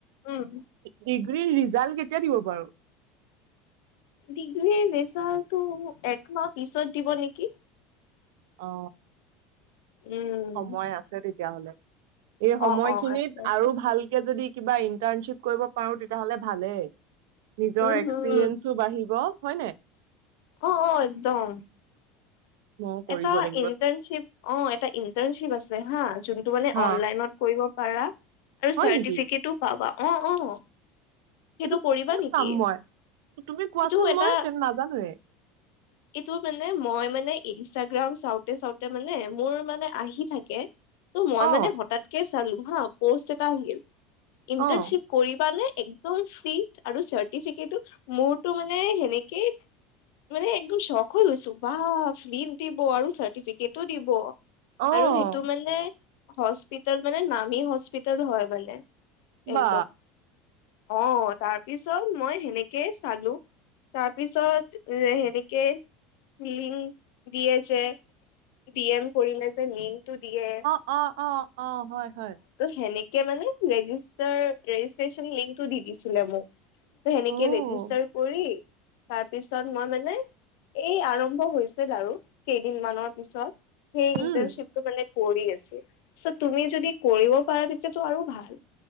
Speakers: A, on the left; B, on the right.
A: উম।
B: ডিগ্ৰীৰ ৰিজাল্ট কেতিয়া দিব বাৰু
A: ডিগ্ৰীৰ ৰেজাল্টটো একমাহ পিছত দিব নেকি?
B: অ
A: উম,
B: সময় আছে তেতিয়াহলে। এই সময়খিনিত
A: অ', অ', আচ্ছা আচ্ছা
B: আৰু ভালকে যদি কিবা ইণ্টাৰ্ণশ্বিপ কৰিব পাৰো তেতিয়াহলে ভালেই। নিজৰ
A: উম,
B: এক্সপিৰিয়েঞ্চো
A: হম,
B: বাঢ়িব হয়নে।
A: অঁ অঁ একদম।
B: ময়ো কৰিব
A: এটা
B: লাগিব।
A: ইণ্টাৰ্ণশ্বিপ অ এটা ইণ্টাৰ্ণশ্বিপ আছে হা যোনটো মানে
B: হা,
A: অনলাইনত কৰিব পাৰা আৰু
B: হয়
A: চাৰ্টিফিকেটো
B: নেকি?
A: পাবা অ অ। সেইটো
B: এইটো
A: কৰিবা
B: ক'ত
A: নেকি?
B: পাম মই? তুমি কোৱাচোন
A: সেইটো এটা
B: মই তে নাজানোৱে।
A: এইটো মানে মই মানে ইনষ্টাগ্ৰাম চাওঁতে চাওঁতে মানে মোৰ মানে আহি থাকে ত' মই
B: অ',
A: মানে তাতেকে চালোঁ হা পষ্ট এটা আহিল ইণ্টাৰ্ণশ্বিপ।
B: অ',
A: কৰিবা নে একদম ফ্ৰি আৰু চাৰ্টিফিকেট ও মোৰটো মানে সেনেকেই মানে একদম শখ হৈ গৈছো বা। ফ্ৰিত দিব আৰু চাৰ্টিফিকেটো দিব
B: অ',
A: আৰু সেইটো মানে হস্পিতাল মানে নামি হস্পিতাল হয় বলে
B: বা
A: একদম। অ তাৰপিছত মই সেনেকেই চালো। তাৰপিছত সেনেকে লিং দিয়ে যে ডি এম কৰিলে যে লিংটো দিয়ে।
B: অ, অ, অ, হয়, হয়।
A: সেনেকে মানে ৰেজিষ্টাৰ ৰেজিষ্টেছন লিংক দি দিছিলে মোক। ত সেনেকে
B: অ', উম,
A: ৰেজিষ্টাৰ কৰি তাৰ পিছত মই মানে এই আৰম্ভ হৈছিল আৰু কেইদিন মানৰ পিছত সেই
B: উম।
A: ইণ্টাৰনশ্বিপটো মানে কৰি আছো। চ' তুমি যদি কৰিব পাৰা তেতিয়াটো আৰু ভাল।